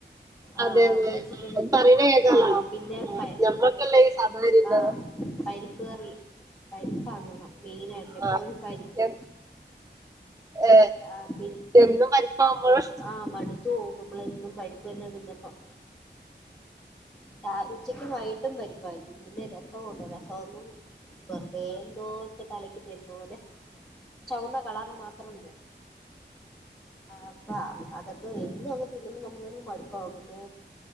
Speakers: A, on the right (about 20°); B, on the left (about 20°).
A: അതെ
B: ആഹ് ആഹ് അത് വെച്ചിട്ടേയ്ന്ന്
A: അതെ പറയണ കേക്കാലോ
B: ആഹ് പിന്നെ പയെ
A: ഞമ്മക്കല്ല ഈ സാധാരണ ഉണ്ടാവുക
B: ആഹ് പരിപ്പ് കറി പരിപ്പാണ് ഇവ്ടെ മെയിനാ എപ്പൊഴും
A: ആ,
B: പരിപ്പ്
A: എൻ- ഏ,
B: ആഹ് പിൻ
A: എന്നും പരിപ്പാകുമ്പോഴും
B: അ ആഹ് മട്ത്തു പോവും നമ്മള് എന്നും പരി പിന്നെ ടിന്നപ്പം രാ ഉച്ചക്കും വൈകിട്ടും പരിപ്പായി പിന്നെ രസം ഉണ്ട് രസം ഒന്നും വെറുതെ എന്തോ ഇട്ട് കലക്കി തര്ന്ന പോലെ ചൊവന്ന കളറ് മാത്രമുണ്ട്
A: <inaudible>
B: ആപ്പ അതൊക്കെ എന്നും അങ്ങ് തിന്നുമ്പോ നമ്മുക്കങ്ങ് മട്പ്പാവും പിന്നെ